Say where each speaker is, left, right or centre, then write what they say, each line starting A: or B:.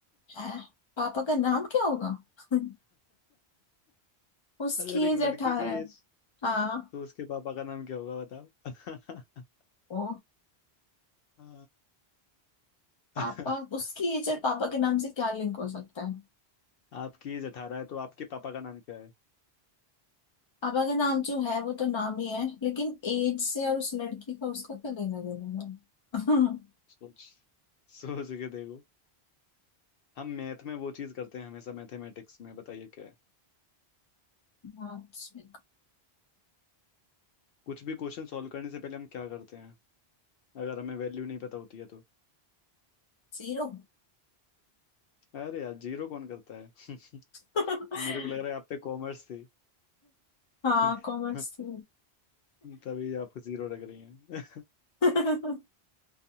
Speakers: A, on the left (about 45°); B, on the left (about 70°).
A: है? पापा का नाम क्या होगा <laughs> उसकी
B: अगर एक
A: एज
B: लड़की
A: अठारह
B: की
A: है
B: एज
A: हाँ
B: तो उसके पापा का नाम क्या होगा बताओ <laughs>
A: ओ
B: आ,
A: पापा
B: <laughs>
A: उसकी एज और पापा के नाम से क्या लिंक हो सकता है
B: आपकी एज अठारह है तो आपके पापा का नाम क्या है
A: पापा का नाम जो है वो तो नाम ही है लेकिन एज से और उस लड़की का उसका क्या लेना देना है <laughs>
B: सोच सोच के देखो हम मैथ में वो चीज करते हैं हमेशा मैथमेटिक्स में बताइए क्या है
A: मार्क्स में
B: कुछ भी क्वेश्चन सॉल्व करने से पहले हम क्या करते हैं अगर हमें वैल्यू नहीं पता होती है तो
A: जीरो
B: अरे यार जीरो कौन करता है <laughs>
A: <laughs>
B: मेरे को लग रहा है आप पे कॉमर्स थी
A: हाँ
B: <laughs>
A: कॉमर्स थी
B: तभी आपको जीरो लग रही है
A: <laughs>